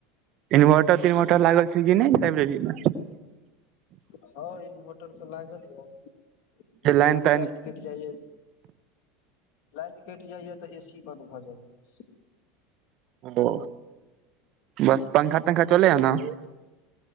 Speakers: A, on the right; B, on the left.
A: इनभर्टर विनभर्टर लागल छै कि नहि लाइब्रेरीमे?
B: हँ, इन्वर्टर तऽ लागल यऽ बस
A: जे लाइन
B: खाली
A: ताइन
B: लाइट। कटि जाइया, लाइन कटि जाइया तऽ एसी बन्द भऽ जाइया, बस।
A: ओ, बस पंखा तंखा चलै हँ ने?